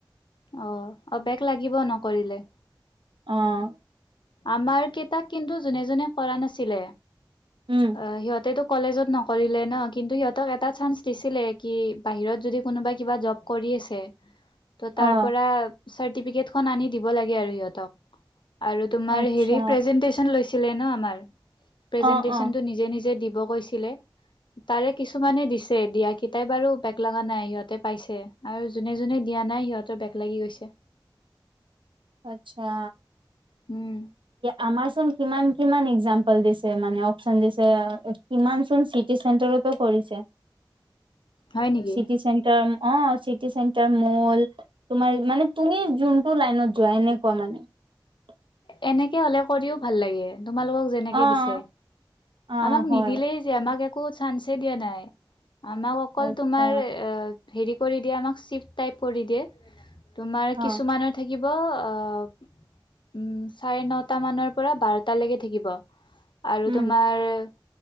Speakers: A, on the left; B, on the right.
A: অঁ। অঁ বেক লাগিব নকৰিলে।
B: আঁহ।
A: আমাৰ কেইটাক কিন্তু যোনে যোনে কৰা নাছিলে
B: উম,
A: আহ সিহঁতে তো কলেজত নকৰিলে ন কিন্তু সিহঁতক এটা চান্স দিছিলে কি, বাহিৰত যদি কোনোবা কিবা জব কৰি আছে, ত'
B: অ',
A: তাৰ পৰা চাৰ্টিফিকেটখন আনি দিব লাগে আৰু সিহঁতক। আৰু তোমাৰ
B: আচ্ছা
A: হেৰি প্ৰেজেনটেচন লৈছিলে ন আমাৰ। প্ৰেজেন্টেচনটো
B: অঁ অঁ।
A: নিজে নিজে দিব কৈছিলে। তাৰে কিছুমানে দিছে দিয়া কেই তাই বাৰু বেগ লগা নাই সিহঁতে পাইছে আৰু যোনে যোনে দি দিয়া নাই সিহঁতৰ বেগ লাগি গৈছে।
B: আচ্ছা।
A: উম।
B: আমাৰ চোন কিমান কিমান এক্জাম্পল দিছে মানে অপচন দিছে, কিমান চোন চিট চিটি চেণ্টাৰতো কৰিছে,
A: হয় নেকি
B: চিটি চেণ্টাৰ অ চিটি চেণ্টাৰ ম'ল, তোমাৰ মানে তুমি যোনটো লাইনত যোৱা এনেকুৱা মানে। <inaudible>
A: এনেকে হলে কৰিও ভাল লাগে, তোমালোকক যেনেকে
B: অ',
A: দিছে।
B: অ',
A: আমাক
B: হয়
A: নিদিলেই যে আমাক একো চান্সেই দিয়া নাই। আমাক অকল
B: আচ্ছা
A: তোমাৰ হেৰি কৰি দিয়ে আমাক শ্বিফ্ট টাইপ কৰি দিয়ে। তোমাৰ
B: অ',
A: কিছুমানৰ থাকিব আহ । উম চাৰে নটা মানৰ পৰা বাৰটালৈকে থাকিব আৰু
B: উম,
A: তোমাৰ । <unintelligible>